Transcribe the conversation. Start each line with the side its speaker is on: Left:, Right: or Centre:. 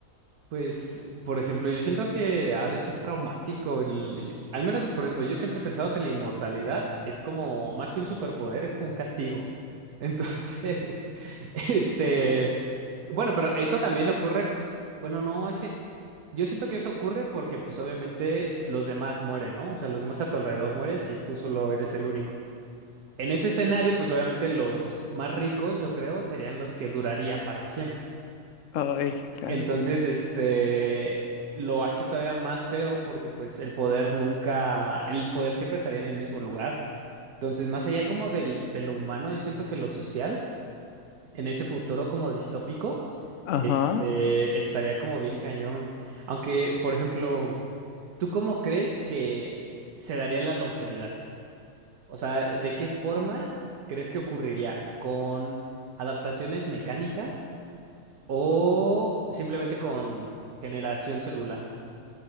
Right: Pues, por ejemplo, yo siento que ha de ser traumático. el- yo- al menos, por ejemplo, yo siempre he pensado que la inmortalidad es como, más que un superpoder, es como un castigo. Entonces, <laughs> este, bueno, pero eso también ocurre, cu- bueno, no, es que... Yo siento que eso ocurre porque, pues, obviamente los demás mueren, ¿no? O sea, los demás a tu alrededor mueren si tú solo eres el único. En ese escenario, pues, obviamente los más ricos, yo creo, serían los que durarían para siempre.
Left: Ay, claro.
Right: Entonces, este, lo hace todavía más feo porque, pues, el poder nunca, el poder siempre estaría en el mismo lugar. Entonces, más allá como del, de lo humano, yo siento que lo social, en ese futuro como distópico,
Left: Ajá.
Right: este, estaría como bien cañón. Aunque, por ejemplo... ¿Tú cómo crees que se daría la longevidad? O sea, ¿de qué forma crees que ocurriría? ¿Con adaptaciones mecánicas o simplemente con generación celular?